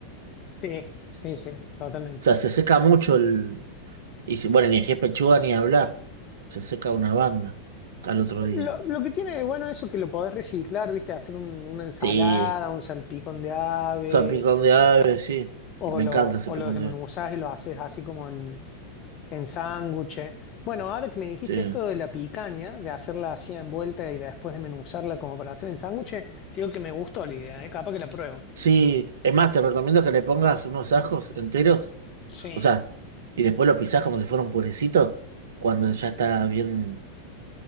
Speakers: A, on the left (about 35°); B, on the right (about 60°).
A: Sí, sí, sí, totalmente.
B: O sea, se seca mucho el... Y si- bueno, ni si es pechuga ni hablar. Se seca una banda al otro día.
A: Lo, lo que tiene de bueno eso que lo podés reciclar, ¿viste? Hacer un- una ensalada,
B: Sí.
A: un salpicón de ave.
B: O sea, picón de ave, sí.
A: O
B: Me
A: lo,
B: encanta ese
A: o
B: picón
A: lo desmenuzás
B: de ave.
A: y lo haces así como en, en sándwiches. Bueno, ahora que me dijiste
B: Sí.
A: esto de la picaña, de hacerla así envuelta y después desmenuzarla como para hacer en sándwiches, digo que me gustó la idea, ¿eh? Capaz que la pruebo.
B: Sí. Es más, te recomiendo que le pongas unos ajos enteros.
A: Sí,
B: O sea, y después lo pisás como si fuera un purecito. Cuando ya está bien.